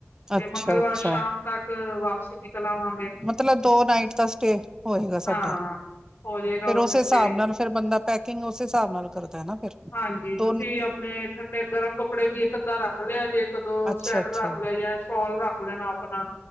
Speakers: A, on the left (about 60°); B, on the right (about 15°).
A: ਤੇ
B: ਅੱਛਾ
A: ਮੰਗਲਵਾਰ
B: ਅੱਛਾ
A: ਸ਼ਾਮ ਤੱਕ ਵਾਪਸੀ ਨਿਕਲ ਆਵਾਂਗੇ
B: ਮਤਲਬ ਦੋ ਨਾਈਟ ਦਾ ਸਟੇ ਹੋਏਗਾ
A: ਹਾਂ
B: ਸਾਡਾ
A: ਹੋ ਜਾਏਗਾ
B: ਫਿਰ
A: ਉੱਥੇ
B: ਉਸ
A: ਸਟੇ
B: ਹਿਸਾਬ ਨਾਲ ਫਿਰ ਬੰਦਾ ਪੈਕਿੰਗ ਉਸ ਹਿਸਾਬ ਨਾਲ ਕਰਦਾ ਹੈ ਨਾ ਫਿਰ
A: ਹਾਂਜੀ
B: ਦੋ
A: ਤੁਸੀਂ
B: ਦਿਨ
A: ਆਪਣੇ ਤੇ ਗਰਮ ਕੱਪੜੇ ਵੀ ਇੱਕ ਅੱਧਾ ਰੱਖ ਲਿਆ ਜੇ ਇੱਕ, ਦੋਂ
B: ਅੱਛਾ
A: ਸਵੈਟਰ
B: ਅੱਛਾ
A: ਰੱਖ ਲਿਇਆ, ਸ਼ੋਲ ਰੱਖ ਲੈਣਾ ਆਪ ਆਪਣਾ,